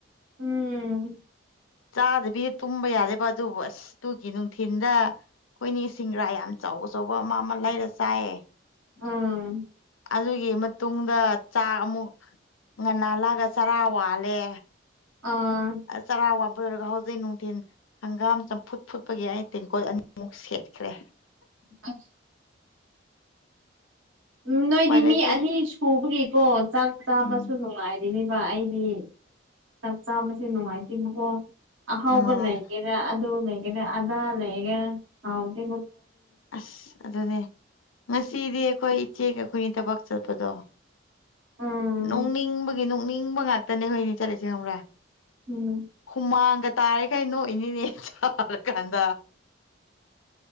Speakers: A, on the right; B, on the left.
A: ꯎꯝ
B: ꯆꯥꯗꯕꯤ ꯇꯨꯝꯕ ꯌꯥꯗꯦꯕ ꯑꯗꯨꯕꯨ ꯑꯁ ꯑꯗꯨꯒꯤ ꯅꯨꯡꯊꯤꯤꯟꯗ ꯑꯩꯈꯣꯏꯅꯦ ꯁꯤꯡꯒꯔꯥ ꯌꯥꯝ ꯆꯥꯎ ꯑꯆꯧꯕ ꯑꯃ ꯑꯃ ꯂꯩꯔ ꯆꯥꯏꯌꯦ
A: ꯑꯥ
B: ꯑꯗꯨꯒꯤ ꯃꯇꯨꯡꯗ ꯆꯥꯛ ꯑꯃꯨꯛ ꯉꯟꯅ ꯅꯍꯜꯂꯛꯒ ꯆꯔꯥ ꯋꯥꯜꯂꯦ
A: ꯑ
B: ꯆꯥꯔꯥ ꯋꯥꯕ ꯂꯣꯏꯔꯒ ꯍꯧꯖꯤꯛ ꯅꯨꯡꯊꯤꯟ ꯍꯪꯒꯥꯝ ꯆꯝꯐꯨꯠ ꯐꯨꯠꯄꯒꯤ ꯑꯩ ꯇꯦꯡꯀꯣꯏ ꯑꯅꯤꯃꯨ ꯈꯁꯤ ꯍꯥꯏꯈ꯭ꯔꯦ
A: ꯑ ꯎꯝ ꯅꯣꯏꯗꯤ
B: ꯎꯄꯥꯏ ꯂꯩꯇꯦ
A: ꯃꯤ ꯑꯅꯤ ꯁꯨꯕꯒꯤꯀꯣ ꯆꯥꯛ ꯆꯥꯕꯁꯨ
B: ꯎꯝ
A: ꯅꯨꯡꯉꯥꯏꯔꯤꯅꯦ ꯑꯩꯗꯤ ꯆꯥꯛ ꯆꯥꯕꯁꯤꯦ ꯅꯨꯡꯉꯥꯏꯇꯦꯕꯀꯣ ꯑꯍꯥꯎꯕ
B: ꯎꯝ
A: ꯂꯩꯒꯦ ꯑꯗꯨ ꯂꯩꯦꯒꯗꯦ ꯑꯗ ꯂꯩꯦꯒ ꯍꯥꯎꯗꯤ
B: ꯑꯁ ꯑꯗꯨꯅꯦ ꯉꯁꯤꯗꯤ ꯑꯩꯈꯣꯏ ꯏꯆꯦꯒ ꯑꯩꯈꯣꯏꯅꯤ ꯊꯕꯛ ꯆꯠꯄꯗꯣ
A: ꯎꯝ
B: ꯅꯣꯛꯅꯤꯡꯕꯒꯤ ꯅꯣꯛꯅꯤꯡꯕ ꯉꯥꯛꯇꯅꯦ ꯍꯣꯏꯅꯦ ꯆꯠꯂꯁ ꯉꯪ꯭ꯔꯦ
A: ꯎꯝ
B: ꯍꯨꯃꯥꯡꯒ ꯇꯥꯔꯦꯈꯩ ꯅꯣꯛ ꯏꯅꯤꯅꯦ ꯆꯥꯔꯀꯥꯟꯗ